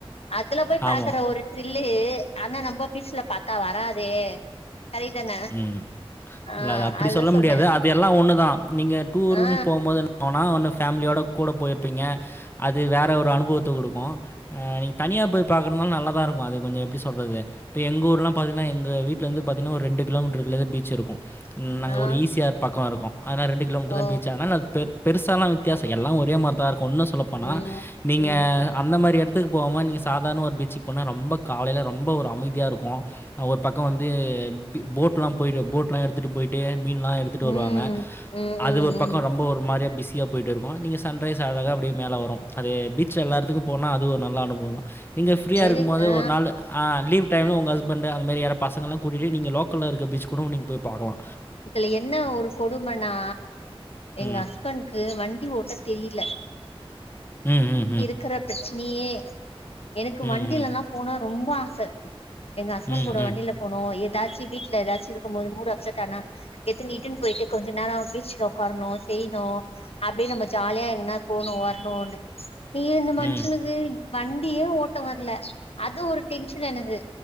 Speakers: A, on the left; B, on the left.
A: அதுல போய்
B: ஆமா.
A: பாக்குற ஒரு திர்லு ஆனா நம்ம பீச்சுல பாத்தா வராதே சரிதான
B: உம்
A: ஆ
B: இல்லது அப்படி
A: அதுதா
B: சொல்ல
A: சொன்னே
B: முடியாது அது எல்லா ஒண்ணுதா நீங்க டூர்ன்னு
A: ஆ
B: போம்போது போனா ஒன்னு ஃபேமிலியோட கூட போயிருப்பீங்க அது வேற ஒரு அனுபவத்த குடுக்கு ஆ நீங்க தனியா போய் பாக்குரதுனாலு நல்ல தா இருக்கு அது கொஞ்சு எப்படி சொல்றது இப்ப எங்க ஊர்லா பாத்தீன்னா எங்க வீட்டுல இருந்து பாத்தீங்கா ஒரு ரெண்டு கிலோமீட்டர்க் குள்ளேயே தா பீச் இருக்கு ம் நாங்க
A: ஆ
B: ஒரு ஈஸியார் பக்கோ இருக்கோ அதனால ரெண்டு ட்ட
A: ஓ
B: தா பீச்சா அதனால பெரு பெருசல்லா வித்தியாசல்லா ஒரே மாரி தா இருக்கு உண்ணு சொல்லப்போனா
A: ம்
B: நீங்க
A: ம்
B: அந்த மாரி எடத் த்துக் போகாம நீங்க சாதாரணமா ஒரு பீச்சுக் போனா ரொம்ப காலைல ரொம்ப ஒரு அமைதியா இருக்கு ஒரு பக்கோ வந்து போட்லா போயிடு போட் ல்லா எடுத்துட் போயிட்டு மீன்ல்லா எடுத்துட்
A: ம்
B: வருவாங்க
A: ம்
B: அது
A: ம்
B: ஒரு பக்கோ
A: ம்
B: ரொம்ப ஒரு மாரியா பிசி யா போயிட் இருக்கு நீங்க சன்ரைஸ் அழகா அப்டியே மேல வரு அது பீச்சுல எல்லா எடத்துக்கு போனா அது ஒரு நல்ல அனுபவ தா நீங்க பிரியா
A: எது
B: இருக்கும் போது
A: ஆ
B: ஒரு நாளு அ லீவ் டைம்ல உங்க ஹஸ்பண்ட்டு அந் மாரி யாரோ பசங்கள்ளா கூட்டிட்டு நீங்க லோக்கல்ல இருக்க பீச் கூட நீங்க போய் பாக்கலா
A: இதுல என்ன ஒரு கொடுமனா எங்க
B: ம்.
A: ஹஸ்பண்ட்கு வண்டி ஓட்ட தெரியில
B: ம் ம் ம்
A: க்குற பிரச்னியே எனக்கு
B: ம்,
A: வண்டிலல்லா
B: ம்.
A: போனா ரொம்ப ஆச எங்க ஹஸ்பண்ட்
B: ம்,
A: கூட
B: ம்.
A: வண்டியில போனு ஏதாச்சி வீட்ல ஏதாச்சி இருக்கும் போது மூடு அப்செட் ஆனா எத்து நீட்டுன் போயிட்டு கொஞ்ச நேரா பீச்ல உக்காரணு செய்ணு அப்டியே நம்ம ஜாலியா எங்கணாது போணு வரணுனு <unintelligible> இந்த
B: ம்,
A: மனுஷனுக்கு வண்டியே ஓட்ட வர்ல அது ஒரு டென்ஷன் எனக்கு